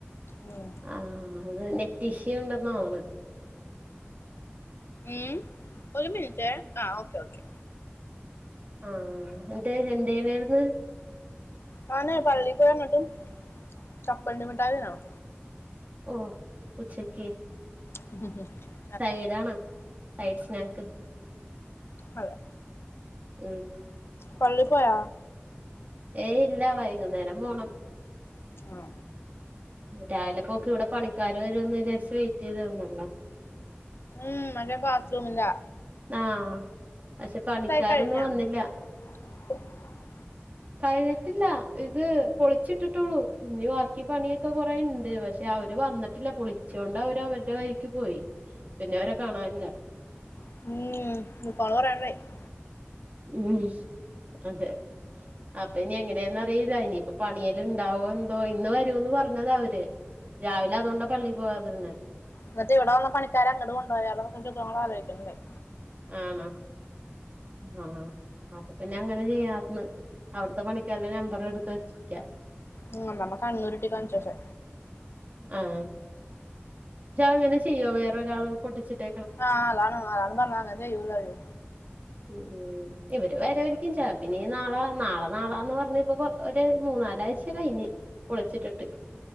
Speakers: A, on the left (about 60°); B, on the right (about 40°).
A: ഉം
B: ആഹ അത് നെറ്റ് ഇഷ്യു ഉണ്ട് തോന്ന്ണ്
A: ഉം ഒരു മിനിറ്റേ ആ ഓക്കെ ഓക്കെ
B: ആഹ എന്നിട്ട് എന്ത് ചെയ്യ്ണേര്ന്ന്
A: ഞാനെ പള്ളി പോയി വന്നിട്ട് കപ്പലണ്ടി മിട്ടായി തിന്നണ്
B: ഓഹ് ഉച്ചക്ക്
A: <unintelligible>
B: സൈഡാണാ സൈഡ് സ്നാക്ക്
A: അതെ
B: ഉം
A: പള്ളിപോയ
B: ഏയ് ഇല്ല വൈകുന്നേരം പോണം
A: ആഹ
B: രാവിലെ പോക്ക് ഇവിടെ പണിക്കാര് വരുംന്ന് വിചാരിച്ച് വെയിറ്റ് ചെയ്ത് നിന്നല്ലോ
A: ഉം മറ്റേ ബാത്റൂമിന്റെ
B: ആഹ് പക്ഷെ പണിക്കാര്
A: കഴിഞ്ഞാ
B: ഇന്ന് വന്നില്ല
A: <inaudible>
B: കഴിഞ്ഞിട്ടില്ല ഇത് പൊളിച്ചിട്ടിട്ടുള്ളൂ ഇനി ബാക്കി പണി ഒക്കെ കൊറേണ്ട് പക്ഷെ അവര് വന്നിട്ടില്ല പൊളിച്ചോണ്ട് അവര് അവര്ടെ വഴിക്ക് പോയി പിന്നെ അവരെ കാണാനില്ല
A: ഉം <inaudible>
B: ഉം അതെ അപ്പൊ ഇനി എങ്ങനെയെന്ന് അറിയില്ല ഇനിയിപ്പ പണിയെല്ലം ഇണ്ടാവോ എന്തോ ഇന്ന് വരൂന്ന് പറഞ്ഞതാ അവര് രാവിലെ അതോണ്ടാ പള്ളി പോവാതിര്ന്നെ
A: എന്നിട്ട് ഇവിടെ വന്ന പണിക്കാരെ അങ്ങട് കൊണ്ടായാലോന്ന് ആലോയ്ക്കല്ണ്ടായി
B: ആണോ ആഹ് അപ്പൊ പിന്നെ അങ്ങനെ ചെയ്യാര്ന്ന് അവിടുത്തെ പണിക്കാരുടെ നമ്പർ എടുത്ത് വച്ചിക്കാ
A: ഉം അമ്മമ്മ കണ്ണുരുട്ടി കാണിച് പഷെ
B: ആഹ് അത്‌ അങ്ങനെ ചെയ്യോ വേറെ ഒരാൾ പൊട്ടിച്ചിട്ട്
A: ആഹ് അതാണ് അയാളും പറഞ്ഞ് അങ്ങനെ ചെയ്യൂലവര്
B: ഉം ഇവര് വരാരിക്കും ചെലപ്പൊ ഇനി നാളെ നാളെ നാളാന്ന് പറഞ്ഞപ്പൊ കൊ ഒരു മൂന്നാലാഴ്ച കഴിഞ്ഞ് പൊളിച്ചിട്ടിട്ട്